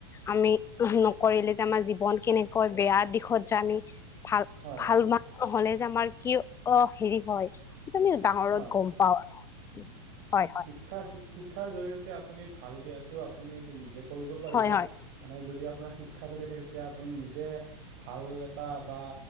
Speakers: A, on the left; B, on the right.
A: আমি নকৰিলে যে আমাৰ জীৱন কেনেকৈ বেয়া দিশত যে আমি ভাল,
B: হয়
A: ভাল মানুহ হলে যে আমাৰ কি অ', হেৰি হয় <unintelligible> ডাঙৰত
B: হয়
A: গম পাওঁ আৰু, হয়, হয়।
B: শিক্ষা শিক- শিক্ষাৰ জৰিয়তে আপুনি ভাল বেয়াটো আপুনি নিজে কৰিব পাৰিব।
A: হয় হয়
B: মানে যদি আপোনাৰ শিক্ষাটো দেখে তেতিয়া আপুনি নিজে ভাল এটা বা,